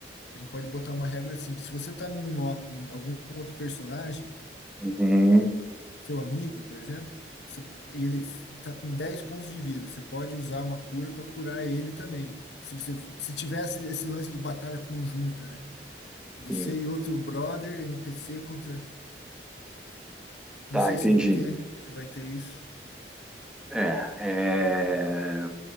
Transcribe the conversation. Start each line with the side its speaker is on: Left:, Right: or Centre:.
Left: A gente pode botar uma regra assim, que se você tá num nó com algum outro personagem,
Centre: Uhum.
Left: seu amigo, por exemplo, você- e ele está com 10 pontos de vida, você pode usar uma cura para curar ele também. Se você se tivesse esse lance de batalha conjunta, né? Você
Centre: Sim.
Left: e outro brother NPC contra,
Centre: Tá,
Left: não sei
Centre: entendi.
Left: se vai ter, se vai ter isso.
Centre: É, é,